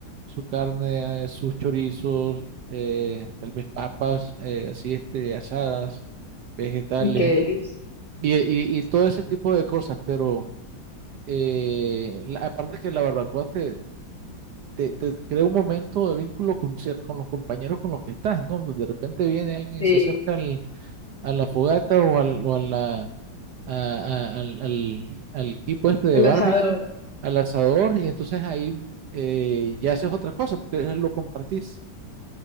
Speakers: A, on the right; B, on the left.
A: su carne, eh, sus chorizos, eh, tal vez papas, eh, así este, asadas, vegetales.
B: Qué delicia.
A: Y, y, y todo ese tipo de cosas, pero eh, la- aparte que la barbacoa te, te, te crea un momento de vínculo con, cier- con los compañeros con los que estás, ¿no? De repente viene alguien
B: Sí,
A: y se acerca al, a la fogata o, al, o a la, a- a- al, al, al equipo este de
B: el
A: barbecue,
B: asador.
A: al asador,
B: Ujú.
A: y entonces ahí eh, ya haces otras cosas porque lo compartís.